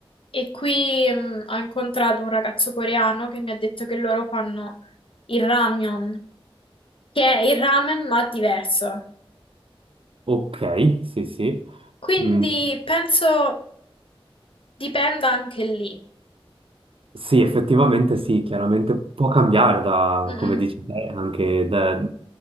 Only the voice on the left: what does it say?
e qui mm, ho incontrato un ragazzo coreano che mi ha detto che loro fanno il ramyeon, che è il ramen ma diverso.
Quindi
penso dipenda anche lì.
Mm, mm.